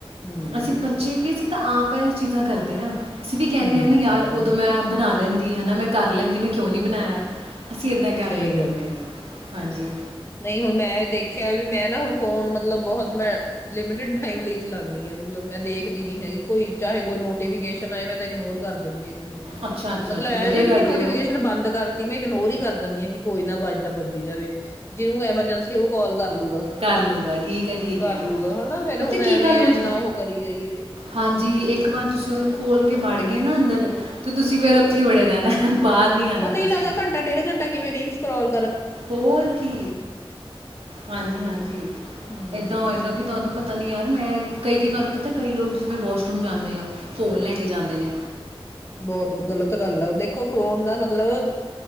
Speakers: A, on the left (about 25°); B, on the right (about 80°).
A: ਹਮ
B: ਅਸੀਂ ਬੱਚੇ ਕੀ ਅਸੀਂ ਤਾਂ ਆਪ ਇਹ ਚੀਜ਼ਾਂ ਕਰਦੇ ਆਾਂ ਅਸੀਂ ਵੀ ਕਹਿੰਦੇ
A: ਹਮ
B: ਹਾਂ ਨਾ ਯਾਰ ਉਦੋਂ ਮੈਂ ਬਣਾ ਲੈਂਦੀ ਹਨਾ ਮੈਂ ਕਰ ਲੈਂਦੀ ਮੈਂ ਕਿਉਂ ਨੀ ਬਣਾਇਆ ਅਸੀਂ ਏਦਾਂ ਹੀ ਕਰ
A: ਸਹੀ
B: ਲੈਦੇ
A: ਗੱਲ
B: ਹੁੰਦੇ ਹਾਂ
A: ਹੈ
B: ਹਾਂਜੀ
A: ਨਹੀਂ ਹੁਣ ਮੈਂ ਦੇਖਿਆ ਵੀ ਮੈਂ ਨਾ ਹੁਣ ਫੋ ਮਤਲਬ ਬਹੁਤ ਮੈਂ ਲਿਮਟ ਟਮ ਲਈ ਚਲਾਦੀ ਆ ਮਤਲਬ ਮੈਂ ਦੇਖਦੀ ਨੀ ਹੈਗੀ ਕੋਈ ਚਾਹੇ ਕੋਈ ਨੋ ਮੈਂ ਤਾਂ ਇਗਨੋਰ ਕਰ ਦਿੰਦੀ ਹਾਂ ਕਿ
B: ਅੱਛਾ ਅੱਛਾ
A: ਮਤਲਬ
B: ਚਲੋ
A: ਐ
B: ਵਧੀਆ
A: ਵੀ ਨੀ
B: ਕਰਦੇ
A: ਕਿ ਨੋਟੀਫਿਕੇਸ਼ਨ
B: ਹੋ
A: ਬੰਦ ਕਰਤੀ ਮੈਂ ਇਗਨੋਰ ਹੀ ਕਰ ਦਿੰਦੀ ਆਾਂ ਕਿ ਕੋਈ ਨਾੱਜਦਾੱ ੀ ਜਾਵੇ ਜਿਹਨੂੰ ਐਮਰਜੈਂਸੀ ਉਹ ਕਾਲ ਕਰ ਲੂਗਾ
B: ਕਰ ਲੂਗਾ ਠੀਕ ਹੈ ਠੀਕ
A: ਕਰ
B: ਹੈ
A: ਲੂਗਾ ਹਨਾ ਫੇਿਰ
B: ਪਤਾ
A: ਹੁਣ ਐਵੇਂ
B: ਕੀ ਗੱਲ ਹੋ
A: ਇਨਾ
B: ਜਾ
A: ਉਹ ਕਰੀ ਜਾਈਏ
B: ਹਾਂਜੀ ਇੱਕ ਵਾਰ ਤੁਸੀਂ ਉਹਨੂੰ ਖੋਲ ਕੇ ਵੜ ਗਏ ਨਾ ਅੰਦਰ ਤੇ ਤੁਸੀਂ ਫੇਰ ਉੱਥੇ ਵੜੇ ਰਹਿਣਾ ਬਾਹਰ ਨਹੀਂ ਆਣਾ
A: ਉਹ ਤਾਂ
B: ਤੁਸੀਂ
A: ਹੀ ਲੱਦਾ ਘੰਾ ਡੇਢ ਘੰਟਾ ਕਿਵੇਂ ਰ ਰੋਲ
B: ਹੋਰ ਕੀ ਹਾਂਜੀ ਹਾਂਜੀ
A: ਹਮ
B: ਏਦਾਂ ਹੋਏਗਾ ਕਿ ਤੁਹਾਨੂੰ ਪਤਾ ਨੀ ਯਾਰ ਮੈਂ ਕਈ ਕ ਤੁਹਾਨੂੰ ਪਤਾ ਕਈ ਲੋਕ ਜਿਵੇਵੇਂ ਵਾਸ਼ਰੂਮ ਜਾਂਦੇ ਆ ਫੋਨ ਲੈ ਕੇ ਜਾਂਦੇ ਨੇ
A: ਬਹੁਤ ਗਲਤ ਗੱਲ ਹੈ ਦੇਖੋ ਫੋਨ ਦਾ ਮਤਲਬ